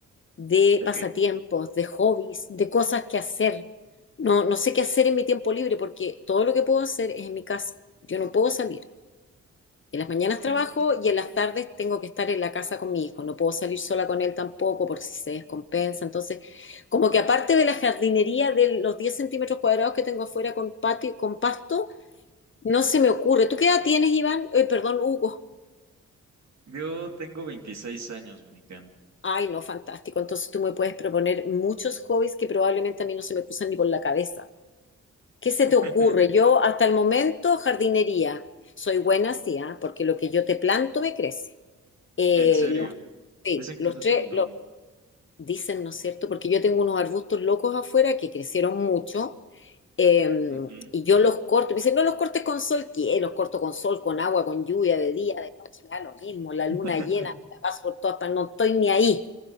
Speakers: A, on the left; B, on the right.
A: De
B: ¿De
A: pasatiempos,
B: qué?
A: de hobbies, de cosas que hacer. No, no sé qué hacer en mi tiempo libre porque todo lo que puedo hacer es en mi casa. Yo no puedo salir. En las mañanas
B: Te
A: trabajo
B: entiendo.
A: y en las tardes tengo que estar en la casa con mi hijo. No puedo salir sola con él tampoco por si se descompensa. Entonces, como que aparte de la jardinería de los 10 centímetros cuadrados que tengo afuera con patio, con pasto, no se me ocurre. ¿Tú qué edad tienes, Iván? Eh, perdón, Hugo.
B: Yo tengo 26 años, Mónica.
A: Ay, no, fantástico. Entonces tú me puedes proponer muchos hobbies que probablemente a mí no se me cruzan ni por la cabeza. ¿Qué se
B: <laughs>
A: te ocurre? Yo hasta el momento jardinería. Soy buena, sí, ¿ah? Porque lo que yo te planto me crece. Eh,
B: En serio,
A: los, sí,
B: dicen
A: los
B: que eso es
A: tres,
B: un don.
A: dicen, ¿no es cierto? Porque yo tengo unos arbustos locos afuera que crecieron mucho eh,
B: Ujú.
A: y yo los corto, me dicen, no los cortes con sol, ¿qué? Los corto con sol, con agua, con lluvia, de día, de noche, me da lo mismo, la luna
B: <laughs>
A: llena, me la paso por todas partes, no estoy ni ahí.